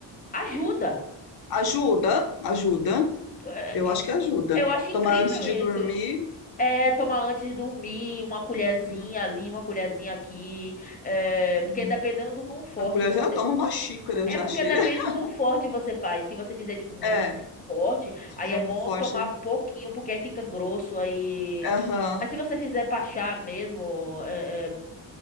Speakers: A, on the left; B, on the left.
A: ajuda.
B: Ajuda, ajuda.
A: É,
B: Eu acho que ajuda.
A: Eu acho incrível
B: Tomar antes de
A: isso.
B: dormir.
A: É, tomar antes de dormir, uma colherzinha
B: Uhum,
A: ali, uma colherzinha aqui. é,
B: uhum.
A: porque dependendo do quão forte
B: A colher
A: você.
B: já toma uma xícara
A: É
B: já
A: porque
B: cheia.
A: depende
B: <laughs>
A: do quão forte você faz. Se você fizer, tipo, muito
B: É,
A: forte,
B: se
A: aí
B: fizer
A: é
B: muito
A: bom
B: forte.
A: tomar
B: é.
A: pouquinho, porque aí fica grosso. Aí.
B: Aham.
A: Mas se você fizer pra chá mesmo, é, é,